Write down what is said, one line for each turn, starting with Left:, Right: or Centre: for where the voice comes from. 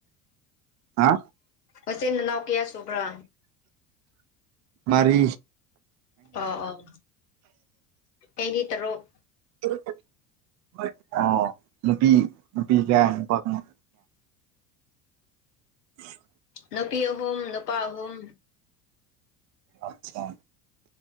Right: ꯍꯥ
Left: ꯅꯥꯆꯤꯟ ꯅꯅꯥꯎ ꯀ꯭ꯌꯥ ꯁꯨꯕ꯭ꯔꯥ
Right: ꯃꯥꯔꯤ
Left: ꯑꯧ ꯑꯧ ꯑꯩꯗꯤ ꯇꯥꯔꯨꯛ
Right: <unintelligible> ꯑꯣ ꯅꯨꯄꯤ ꯅꯨꯄꯤ ꯀ꯭ꯌꯥ ꯅꯨꯄꯥ ꯀꯌꯥ <unintelligible>
Left: ꯅꯨꯄꯤ ꯑꯍꯨꯝ ꯅꯨꯄꯥ ꯑꯍꯨꯝ
Right: ꯑꯠꯁꯥ